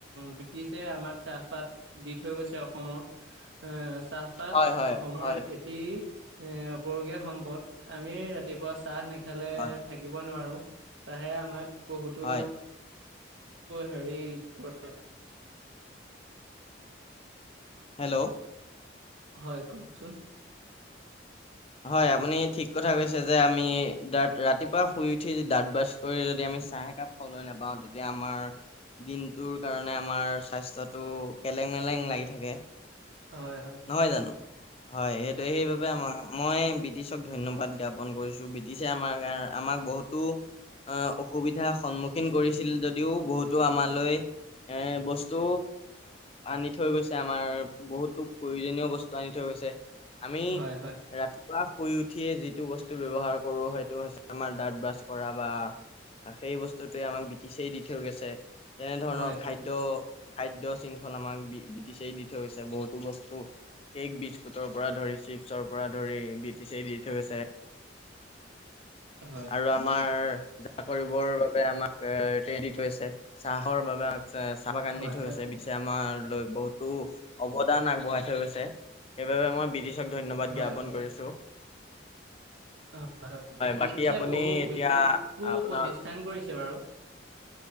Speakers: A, on the right; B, on the left.
A: বৃ টিছে আমাক চাহপাত দি থৈ গৈছে অসমৰ। এ চাহপাত
B: হয়, হয়,
A: অসমৰ
B: হয়,
A: এটি। এ আপুৰুগীয়া সম্পদ আমি ৰাতিপুৱা চাহ নেখালে
B: হয়,
A: থাকিব নোৱাৰো। চাহে আমাক বহুতো
B: হয়,
A: হেৰি কৰ
B: হেল্ল'।
A: হয় কওঁকচোন।
B: হয় আপুনি ঠিক কথা কৈছে যে আমি দাঁত ৰাতিপুৱা শুই উঠি দাঁত ব্ৰাছ কৰি যদি আমি চাহ একাপ। খাবলৈ নাপাওঁ তেতিয়া আমাৰ। দিনটোৰ কাৰণে আমাৰ স্বাস্থ্যটো কেলেং মেলেং লাগি থাকে।
A: হয় হয়।
B: নহয় জানো হয় সেই <unintelligible> সেইবাবে <unintelligible> মই ব্ৰিটিছক ধন্যবাদ জ্ঞাপন কৰিছোঁ ব্ৰিটিছে আমাৰ কাৰণ আমাক বহুতো। আহ অসুবিধাৰ সন্মুখীন কৰিছিল যদিও বহুতো আমালৈ। এ বস্তু আনি থৈ গৈছে আমাৰ বহুতো প্ৰয়োজনীয় বস্তু আনি থৈ গৈছে আমি
A: হয় হয়
B: ৰাতিপুৱা। শুই উঠিয়ে যিটো বস্তু ব্যৱহাৰ কৰোঁ সেইটো হৈছে আমাৰ দাঁত ব্ৰাছ কৰা বা। সেই বস্তুটোৱে আমাক ব্ৰিটিছেই দি থৈ গৈছে। তেনেধৰণৰ
A: হয়
B: খাদ্য,
A: হয়
B: খাদ্য শৃংখল আমাক ব্ৰিটিছেই দি থৈ গৈছে বহুতো বস্তু। কেক বিস্কুটৰ পৰা ধৰি চিপছৰ পৰা ধৰি ব্ৰিটিছেই দি থৈ গৈছে।
A: <inaudible> হয়
B: আৰু আমাৰ। <unintelligible> কৰিবৰ বাবে আমাক <unintelligible> থৈছে চাহৰ বাবে <unintelligible> <unintelligible> বাগান
A: হয়
B: দি থৈ গৈছে। <unintelligible> আমাৰ লৈ বহুতো অৱদান আগবঢ়াই থৈ গৈছে সেইবাবে আমাৰ ব্ৰিটিছ <unintelligible> ধন্যবাদ
A: হয়
B: জ্ঞাপন
A: হয় হয়
B: কৰিছোঁ।
A: হয় হয়
B: বাকী
A: ব্ৰিটিছে
B: আপুনি
A: বহু
B: এতিয়া
A: উদ্যোগো
B: আপোনাৰ
A: প্ৰতিষ্ঠান কৰিছে বাৰু।